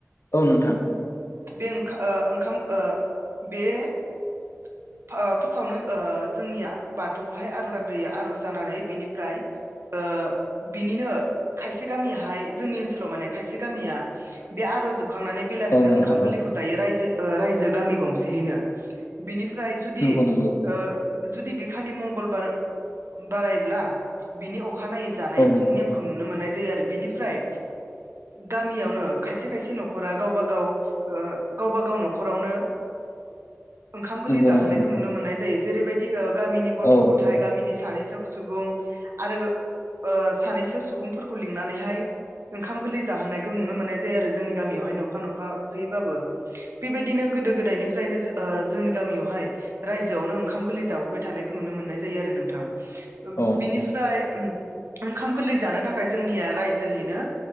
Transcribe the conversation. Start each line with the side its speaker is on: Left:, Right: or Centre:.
Left: औ नोंथां
Right: बे ओं ओ ओंखाम ओ बे ओ फार्स्टआवनो ओ जोंनिया बाथौआवहाय आर'ज जानानै बिनिफ्राय ओ बिनिनो खायसे गामियाहाय जोंनि ओनसोलाव माने खायसे गामिया बे आर'जोब खांनानै बेलासिनो
Left: औ नोंथां
Right: ओंखाम गोरलै
Left: औ
Right: जायो रायजोओ रायजो गामि गंसेनो बिनि फ्राय जुदि
Left: नंगौ नंगौ
Right: ओ जुदि बे खालि मंगलबार बारायब्ला बिनि अखा अखानायै जानाय
Left: औ नोंथां
Right: नेमखौ नुनो मोननाय जायो आरो बिनिफ्राय गामियावनो खायसे खायसे न'खरा गावबा गाव गावबागाव न'खरावनो ओंखाम गोरलै
Left: नंगौ
Right: जाहोनायखौ
Left: नंगौ नोंथां
Right: नुनो मोननाय जायो जेरैबायदि गामिनि गथ'
Left: औ
Right: गथाय गामिनि सानैसो सुबुं आरो ओ सानैसो सुबुंफोरखौ लिंनानैहाय ओंखाम गोरलै जाहोनायखौ नुनो मोननाय जायो आरो जोंनि गामियावहाय नफा नफा होयोबाबो बेबायदिनो गोदो गोदायनिफ्रायनो ओ जोंनि गामियावहाय रायजोआवनो ओंखाम गोरलै जाबोबाय थानायखौ नुनो मोननाय जायो आरो नोंथां ओ
Left: औ
Right: बिनिफ्राय ओम ओंखाम गोरलै जानो थाखाय जोंनिया रायजोहैनो